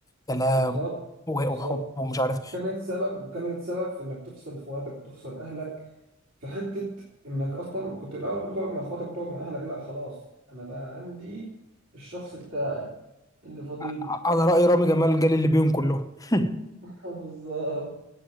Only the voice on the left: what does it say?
سلام
و-
وحب ومش عارف
على رأي رامي جمال جال اللي بيهم كلهم <laughs>